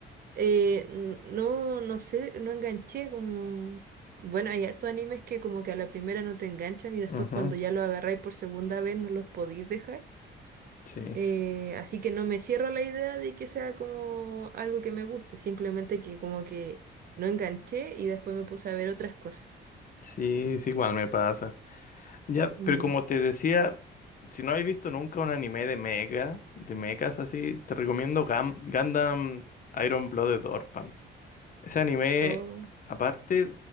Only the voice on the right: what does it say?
eh, n- no, no sé, no enganché como... Bueno, hay hartos animes que como que a la primera no te enganchan y después
cuando ya lo agarráis por segunda vez no los podéis dejar.
Eh, así que no me cierro a la idea de que sea como algo que me guste, simplemente que como que no enganché y después me puse a ver otras cosas.
Mm.
Oh,